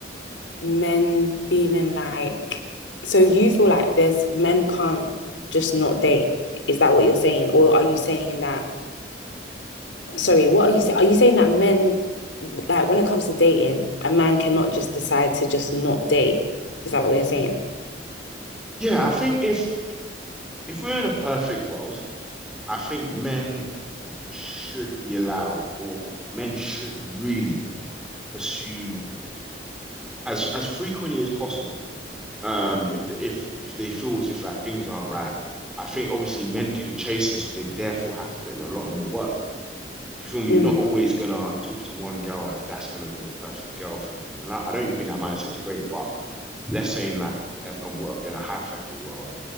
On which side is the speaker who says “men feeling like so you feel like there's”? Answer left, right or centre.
Left